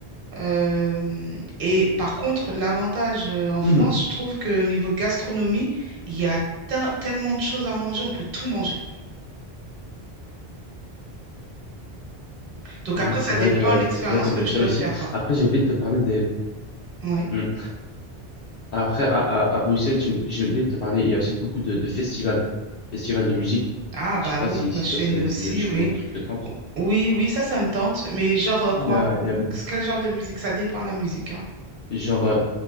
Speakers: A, on the right; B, on the left.
A: Euh, et par contre, l'avantage euh, en
B: Mhm.
A: France, je trouve qu'au niveau gastronomie, il y a te- tellement de choses à manger, on peut tout manger. Donc
B: Mmh,
A: après,
B: Ouais,
A: ça
B: C'est vrai
A: dépend
B: que
A: de l'expérience
B: c'est vrai qu'à Bruxelles
A: que tu veux
B: aussi.
A: faire, quoi.
B: Après, j'ai oublié de te parler des.
A: Oui.
B: Hmm. Après, à, à, à Bruxelles, j'ai oubli- j'ai oublié de te parler. Il y a aussi beaucoup de, de festivals, festivals de musique.
A: Ah bah
B: Je sais pas
A: oui,
B: si,
A: bah
B: si
A: chez
B: toi, c'est
A: nous aussi,
B: c'est de- ce
A: oui.
B: genre de truc de trente.
A: Oui, oui, ça, ça me tente. Mais genre euh,
B: Il
A: quoi?
B: y a- il y a-
A: Quel genre de musique? Ça dépend de la musique, hein.
B: genre, euh,